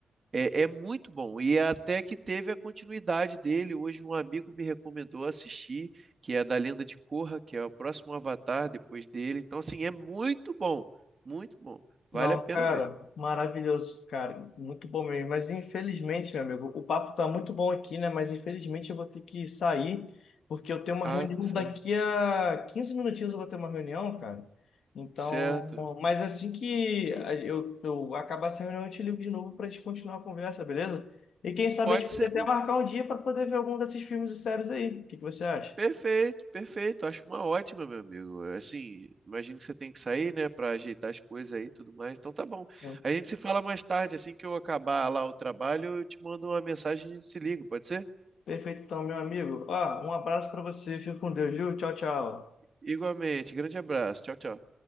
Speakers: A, on the right; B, on the left.
A: É, é muito bom. E até que teve a continuidade dele. Hoje um amigo me recomendou assistir, que é da Lenda de Korra, que é o próximo Avatar depois dele. Então, assim, é muito bom. Muito bom.
B: Não,
A: Vale a pena
B: cara,
A: ver.
B: maravilhoso, cara, muito bom mesmo. Mas infelizmente, meu amigo, o papo tá muito bom aqui, né? Mas infelizmente eu vou ter que sair, porque eu tenho uma
A: Ah,
B: reunião
A: tá certo.
B: daqui a 15 minutinhos eu vou ter uma reunião, cara. Então,
A: Certo.
B: mas assim que a- eu, eu acabar essa reunião, eu te ligo de novo pra gente continuar a conversa, beleza? E quem sabe
A: Pode
B: a gente pode
A: ser.
B: até marcar um dia para poder ver algum desses filmes e séries aí. O que que você acha?
A: Perfeito, perfeito. Acho uma ótima, meu amigo. Assim, imagino que você tem que sair, né, Pra ajeitar as coisas aí e tudo mais. Então tá bom.
B: Sim.
A: A gente se fala mais tarde, assim que eu acabar lá o trabalho, eu te mando uma mensagem e a gente se liga, pode ser?
B: Perfeito, então, meu amigo. Ó, um abraço para você, fica com Deus, viu? Tchau, tchau.
A: Igualmente. Grande abraço. Tchau, tchau.